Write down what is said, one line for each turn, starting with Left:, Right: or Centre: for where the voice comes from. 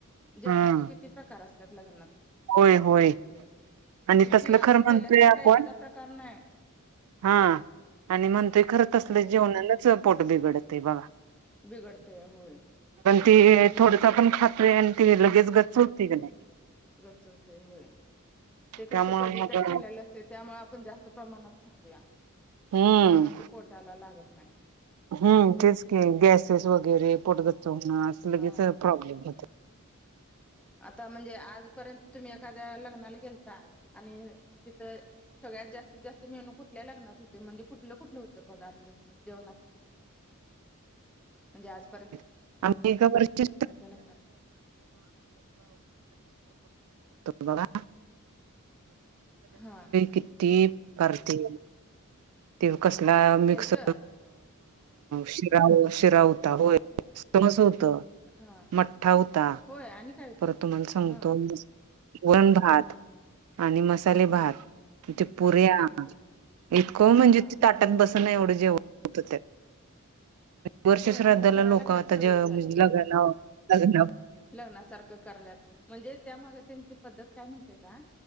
Centre: जेवणाचे
Right: हा
Centre: किती प्रकार असतात लग्नात
Right: होय होय आणि
Centre: किती
Right: तसल
Centre: आता
Right: खर म्हणतोय
Centre: पहिल्यासारखा
Right: आपण
Centre: एखादा प्रकार नाही
Right: हा आणि म्हणतोय खरं तसलं
Centre: हम्म
Right: जेवणालाच पोट बिघडत बघा.
Centre: बिगडते या होय.
Right: ती थोडसा पण खात्री आहे आणि ती लगेच गच चुती क नाही.
Centre: गचवते हय. ते कसं
Right: त्यामुळे
Centre: कधी
Right: मग
Centre: तर खाल्यलं असते त्यामुळे आपण जास्त प्रमाणात खासूया.
Right: हम्म
Centre: त्यामुळे ते पोटायला लागत नाही.
Right: हम्म तेच क गॅसेस वगैरे पोटगच च होण अस
Centre: हा
Right: लगेच प्रॉब्लेम होते.
Centre: आता म्हणजे आजपर्यंत तुम्ही एखाद्या लग्नाला गेलता आणि तिथं. सगळ्यातस्तस्त मेनू कुठल्या लग्नात होते म्हणजे कुठलं कुठलं होत पदार्थ जेवणात म्हणजे आज
Right: आम्ही ए वर्च
Centre: लग्नात
Right: बघा.
Centre: हा
Right: कती करते ते कसला मिक्स
Centre: केलत
Right: शिरा शिरा होता होय सह हो.
Centre: हा
Right: मठ्ठा होता
Centre: होय आणि काय होतं
Right: पर तुम्हाला सांगतो.
Centre: हा
Right: वरण, भात आणि मसाले
Centre: हा
Right: भात ते पुऱ्या
Centre: हा
Right: इतकं म्हणजे
Centre: हा
Right: त ताटात बस. एवढ जेवत वर्षला
Centre: होय आता करायला
Right: लोक
Centre: लागल्यात
Right: त्या
Centre: सगळेजण
Right: म्हणजे लग्न लग्न
Centre: लग्नासारखं कराल्यात म्हणजे त्यामागे त्यांची पद्धत काय माहिती का?